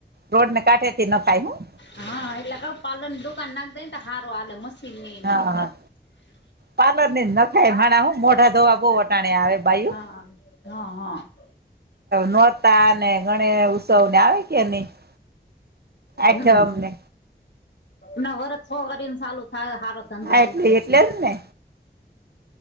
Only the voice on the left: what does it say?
હા એટલે ક પાલન દુકાન નાખ દે ને તો હારો હાલે મશીન નઈ ને.
હ <unintelligible>
હા હા હા.
હમ
ના વર્જ છો વાને ચાલુ થાય હારુ <inaudible> સંભળાય
છે.
<inaudible>